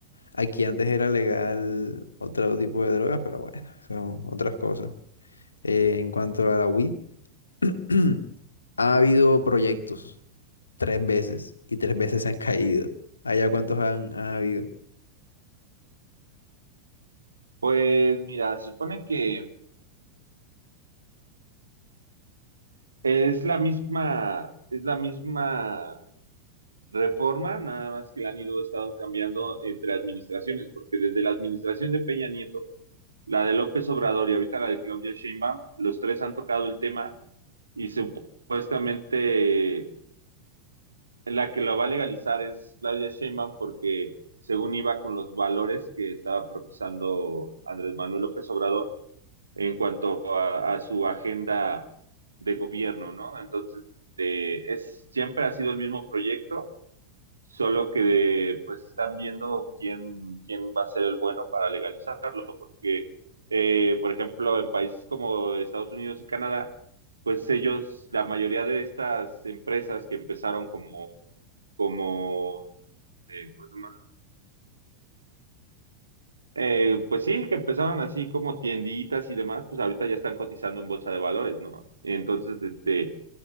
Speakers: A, on the left; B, on the right.
A: Aquí antes era legal otro tipo de drogas, pero bueno, son otras cosas. Eh, en cuanto a la weed, <clears throat> ha habido proyectos tres veces y tres veces se han caído. ¿Allá cuántos han, ha habido?
B: Pues mira, se supone que es la misma, es la misma reforma, nada más que la han ido estado cambiando entre administraciones, porque desde la administración de Peña Nieto, la de López Obrador y ahorita la de Claudia Sheinbaum, los tres han tocado el tema y supuestamente la que lo va a legalizar es Claudia Sheinbaum porque según iba con los valores que estaba profesando Andrés Manuel López Obrador en cuanto a, a su agenda de gobierno, ¿no? Entonces, eh, es, siempre ha sido el mismo proyecto, solo que pues están viendo quién, quién va a ser el bueno para legalizarlo, porque, eh, por ejemplo, en países como Estados Unidos y Canadá, pues ellos, la mayoría de estas empresas que empezaron como, como, eh, ¿cómo se llama? Eh, pues sí, que empezaron así como tienditas y demás, pues ahorita ya están cotizando en bolsa de valores, ¿no? Entonces, este,